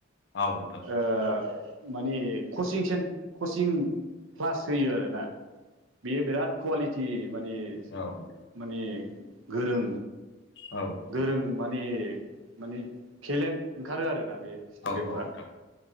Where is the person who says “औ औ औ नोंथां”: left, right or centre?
Left